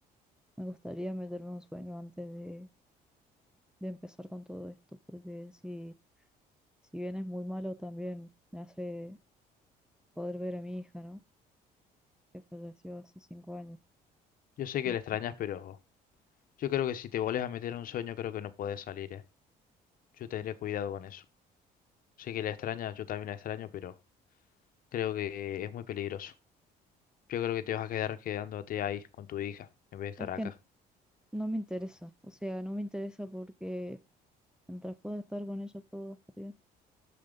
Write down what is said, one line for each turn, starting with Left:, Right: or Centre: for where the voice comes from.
Centre: me gustaría meterme un sueño antes de, de empezar con todo esto, porque si si bien es muy malo también, me hace poder ver a mi hija, ¿no? Que falleció hace cinco años.
Left: Yo sé
Centre: ¿no?
Left: que le extrañas, pero yo creo que si te volvés a meter en un sueño, creo que no podés salir, ¿eh? Yo tendría cuidado con eso. Sé que la extrañas, yo también la extraño, pero creo que es muy peligroso. Yo creo que te vas a quedar quedándote ahí con tu hija, en vez de estar
Centre: Es
Left: acá.
Centre: que no me interesa, o sea, no me interesa porque mientras pueda estar con ella todo está bien.